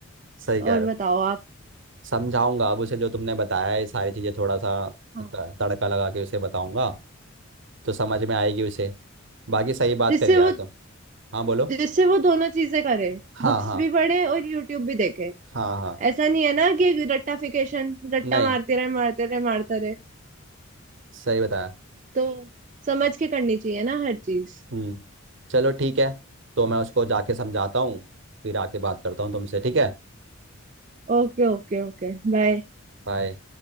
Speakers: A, on the right (about 55°); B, on the right (about 35°).
A: सही
B: और
A: कह रहे
B: बताओ
A: हो
B: आप
A: समझाऊंगा अब उसे जो तुमने बताया है ये सारी चीजें थोड़ा सा
B: हाँ
A: त- तड़का लगा के उसे बताऊंगा तो समझ में आएगी उसे बाकी सही बात
B: जिससे
A: करी
B: वो
A: यार तुम हाँ बोलो
B: जिससे वो दोनों चीजें करे
A: हाँ
B: बुक्स
A: हाँ
B: भी पढ़े और यूट्यूब भी देखे
A: हाँ हाँ
B: ऐसा नहीं है ना कि रट्टाफिकेशन रट्टा
A: नहीं
B: मारते रहे मारते रहे मारते रहे
A: सही बताया
B: तो समझ के करनी चाहिए ना हर चीज
A: हम्म चलो ठीक है तो मैं उसको जाके समझाता हूँ फिर आके बात करता हूँ तुमसे ठीक है
B: Okay okay okay bye
A: बाय